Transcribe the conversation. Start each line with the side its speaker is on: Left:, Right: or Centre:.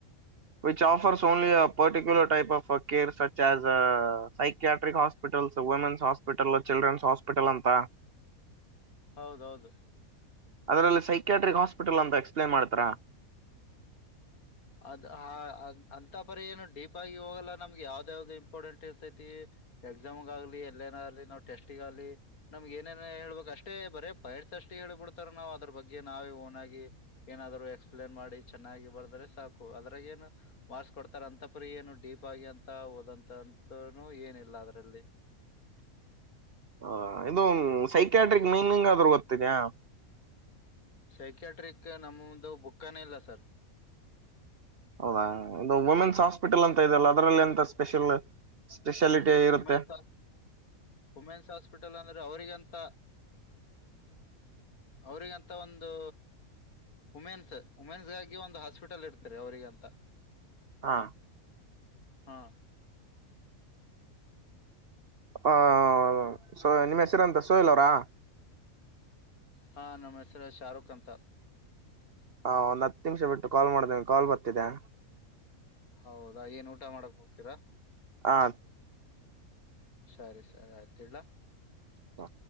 Right: Which offers only particular type of care such as psychiatric hospital women's hospital children's hospital ಅಂತ.
Left: ಹೌದೌದು
Right: ಅದರಲ್ಲಿ ಸೈಕ್ಯಾಟ್ರಿಕ್ ಹಾಸ್ಪಿಟಲ್ ಅಂತ ಎಕ್ಸ್ಪ್ಲಾನ್ ಮಾಡ್ತೀರಾ.
Left: ಅದ್ ಹ ಅಂತ ಪರಿ ಏನ ಡೀಪ್ ಆಗಿ ಹೋಗಲ್ಲ ನಮ್ಗ ಯಾವ್ದ ಯಾವ್ದ ಇಂಪಾರ್ಟೆಂಟ್ ಇರ್ತೈತಿ. ಎಕ್ಸಾಮ್ ಗಾಗ್ಲಿ ಎಲ್ಲೆನ ಆಗ್ಲಿ ನಾವ ಟೇಸ್ಟಿಗಾಲಿ ನಮ್ಗ ಏನೇನ ಹೇಳ್ಬೇಕ ಅಷ್ಟೇ ಬರೇ ಪೈಡ್ಸ ಅಷ್ಟೇ ಹೇಳಿ ಕೋಡ್ತಾರ ನಾವ ಅದ್ರ ಬಗ್ಗೆ ನಾವೇ ಓನ್ ಆಗಿ ಏನಾದ್ರು ಎಕ್ಸ್ಪ್ಲೇನ್ ಮಾಡಿ ಚೆನ್ನಾಗಿ ಬದ್ರೆ ಸಾಕು ಅದ್ರಾಗ ಏನ. ವರ್ಸ ಕೊಡ್ತಾರ ಅಂತ ಪರಿ ಏನು ಡೀಪ್ ಆಗಿ ಅಂತ ಓದಂತದುನು ಏನಿಲ್ಲ ಅದ್ರಲ್ಲಿ.
Right: ಹ ಇದು ಸೈಕ್ಯಾಟ್ರಿಕ್ ಮೀನಿಂಗ್ ಆದ್ರೂ ಗೊತ್ತಿದೆಯಾ.
Left: ಸೈಕ್ಯಾಟ್ರಿಕ್ ನಮ್ಮದು ಬುಕ್ಕನೇ ಇಲ್ಲ ಸರ್.
Right: ಹೌದಾ ಇದು ವುಮೆನ್ಸ್ ಹಾಸ್ಪಿಟಲ್ ಅಂತ ಇದೆಲ್ಲ ಅದರಲ್ಲಿ ಎಂತ ಸ್ಪೆಷಲ್. ಸ್ಪೆಷಾಲಿಟಿ ಇರತ್ತೆ.
Left: ವುಮೆನ್ಸ್ ವುಮೆನ್ಸ್ ಹಾಸ್ಪಿಟಲ್ ಅಂದ್ರೆ ಅವ್ರರಿಗಂತ ಅವರಿಗಂತ ಒಂದು ವುಮೆನ್ಸ್ ವುಮೆನ್ಸ್ಗಾಗಿ ಒಂದ ಹಾಸ್ಪಿಟಲ್ ಇರ್ತರಿ ಅವ್ರರಿಗ ಅಂತ
Right: ಹಾ
Left: ಹಾ
Right: ಆ ಸೊ ನಿಮ್ಮ ಹೆಸರ ಅಂತ ಸೋಹಿಲ್ ಅವರಾ.
Left: ಹಾ ನಮ್ಮ ಹೆಸರ ಶಾರುಖ್ ಅಂತ.
Right: ಹಾ ಒಂದ ಹತ್ತು ನಿಮಿಷ ಬಿಟ್ಟ ಕಾಲ್ ಮಾಡ್ತಿನ ಕಾಲ್ ಬರ್ತಿದೆ.
Left: ಹೌದಾ ಏನ್ ಊಟ ಮಾಡಕ ಹೋಗ್ತೀರಾ.
Right: ಆ
Left: ಸರಿ ಸರಿ ಆಯ್ತ ಇಡ್ಲ
Right: ಹಾ